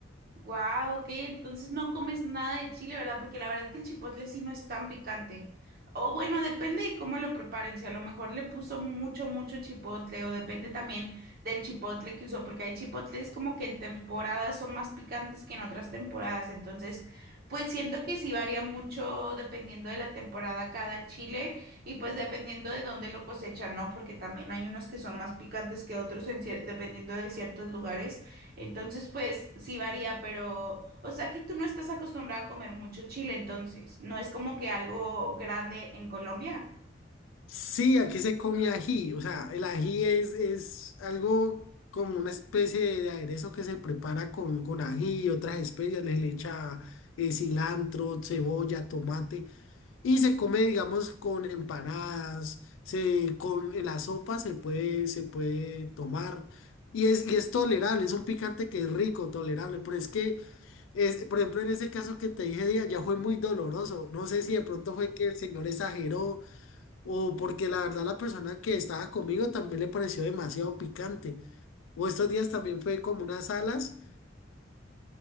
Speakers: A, on the right; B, on the left.
A: Wow, ok, entonces no comes nada de chile, ¿verdad? Porque la verdad que el chipotle sí no es tan picante. O bueno, depende de cómo lo preparen, si a lo mejor le puso mucho, mucho chipotle, o depende también del chipotle que usó, porque hay chipotles como que en temporadas son más picantes que en otras temporadas. Entonces, pues siento que sí varía mucho dependiendo de la temporada cada chile y pues dependiendo de dónde lo cosechan, ¿no? Porque también hay unos que son más picantes que otros en cier- dependiendo de ciertos lugares. Entonces, pues sí varía, pero, o sea que tú no estás acostumbrado a comer mucho chile, entonces, no es como que algo grande en Colombia.
B: Sí, aquí se come ají, o sea, el ají es, es algo como una especie de, de aderezo que se prepara con, con ají y otras especias, le, le echa eh, cilantro, cebolla, tomate. Y se come, digamos, con empanadas, se, con en la sopa se puede, se puede tomar. Y es, y es tolerable, es un picante que es rico, tolerable. Pero es que, es, por ejemplo, en ese caso que te dije ya, ya fue muy doloroso. No sé si de pronto fue que el señor exageró o porque la verdad la persona que estaba conmigo también le pareció demasiado picante. O estos días también fue como unas alas